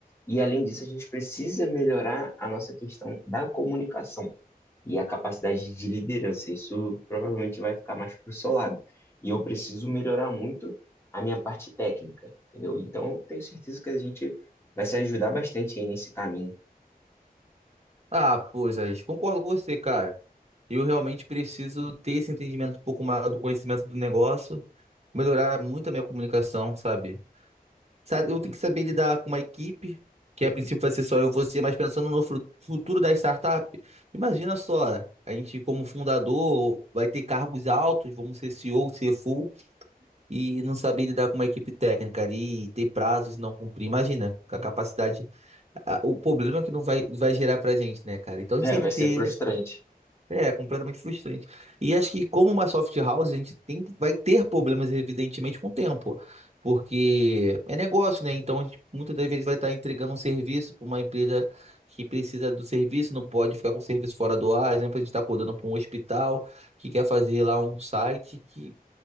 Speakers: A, on the left; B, on the right.
A: E além disso, a gente precisa melhorar a nossa questão da comunicação e a capacidade de liderança. Isso provavelmente vai ficar mais pro seu lado. E eu preciso melhorar muito a minha parte técnica, entendeu? Então, eu tenho certeza que a gente vai se ajudar bastante aí nesse caminho.
B: Ah, pois, Alex, concordo com você, cara. Eu realmente preciso ter esse entendimento um pouco maior do conhecimento do negócio, melhorar muito a minha comunicação, sabe? Sabe, eu tenho que saber lidar com uma equipe, que a princípio vai ser só eu e você, mas pensando no fru- futuro da startup, imagina só, a gente como fundador vai ter cargos altos, vamos ser CEO, CFO, e não saber lidar com uma equipe técnica ali, e ter prazos e não cumprir. Imagina, com a capacidade a- O problema que não vai, vai gerar pra gente, né, cara? Então a
A: É,
B: gente tem
A: vai
B: que ter
A: ser frustrante,
B: é, completamente frustrante. E acho que como uma soft house, a gente tem, vai ter problemas, evidentemente, com o tempo. Porque é negócio, né? Então, a gente muitas das vezes vai estar entregando um serviço para uma empresa que precisa do serviço, não pode ficar com o serviço fora do ar. Por Exemplo, a gente está acordando para um hospital que quer fazer lá um site que